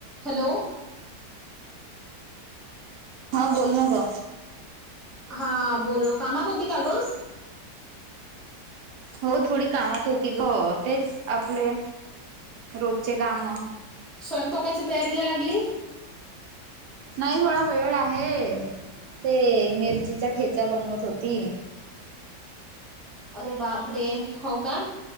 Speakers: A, in the centre; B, on the right.
A: हॅलो?
B: हा बोल ना ग.
A: हा, बोल कामात होती का ग?
B: हो, थोडी कामात होती ग, तेच आपले रोजची काम.
A: स्वयंंतोकाच्या तयारीला लागली?
B: नाही थोडा वेळ आहे, ते मिरचीचा ठेचा बनवत होती.
A: अरे बापरे, हो का?